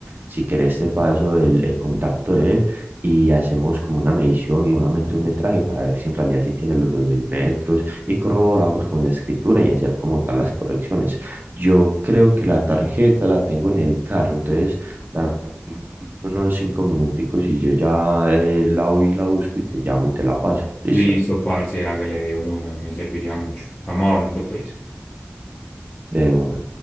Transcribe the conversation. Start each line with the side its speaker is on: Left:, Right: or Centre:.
Right: Si querés, te paso el, el contacto de él y hacemos como una medición, nuevamente un metraje para ver si en realidad sí tiene los 2000 metros y corroboramos con la escritura y hacer como tal las correcciones. Yo creo que la tarjeta la tengo en el carro, entonces dame unos cinco minuticos y yo ya eh, la voy y la busco y te llamo y te la paso. Listo,
Left: Listo, parce, hágale de una, me serviría mucho. Estamos hablando, pues.
Right: de una.